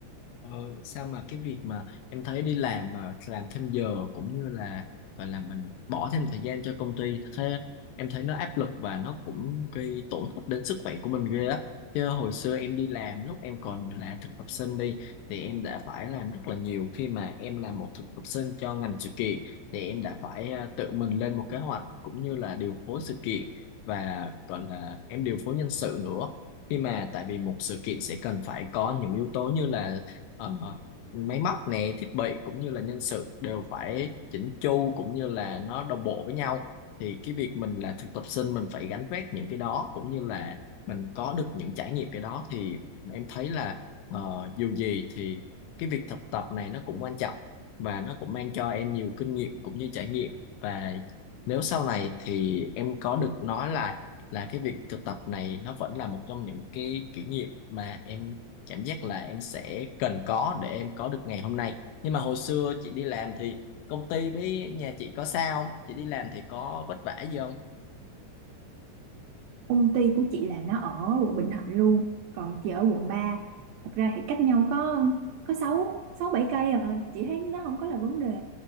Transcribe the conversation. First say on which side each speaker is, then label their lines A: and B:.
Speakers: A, on the left (about 80°); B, on the right (about 80°).
A: Ờ, sao mà cái việc mà em thấy đi làm mà làm thêm giờ cũng như là gọi là mình bỏ thêm thời gian cho công ty thế em thấy nó áp lực và nó cũng gây tổn thất đến sức khỏe của mình ghê á chứ hồi xưa em đi làm lúc em còn là thực tập sinh đi thì em đã phải làm rất là nhiều khi mà em là một thực tập sinh cho ngành sự kiện thì em đã phải ờ, tự mình lên một kế hoạch cũng như là điều phối sự kiện và gọi là em điều phối nhân sự nữa khi mà tại vì một sự kiện sẽ cần phải có những yếu tố như là Ờ, máy móc nè thiết bị cũng như là nhân sự đều phải chỉnh chu cũng như là nó đồng bộ với nhau thì cái việc mình là thực tập sinh mình phải gánh vác những cái đó cũng như là mình có được những trải nghiệm cái đó thì em thấy là ờ, dù gì thì cái việc thực tập này nó cũng quan trọng và nó cũng mang cho em nhiều kinh nghiệm cũng như trải nghiệm và nếu sau này thì em có được nói là là cái việc thực tập này nó vẫn là một trong những cái kỷ niệm mà em cảm giác là em sẽ cần có để em có được ngày hôm nay nhưng mà hồi xưa chị đi làm thì công ty với nhà chị có sao không chị đi làm thì có vất vả gì không
B: công ty của chị là nó ở quận Bình Thạnh luôn còn chị ở quận ba thật ra thì cách nhau có có sáu sáu bảy cây à chị thấy nó không có là vấn đề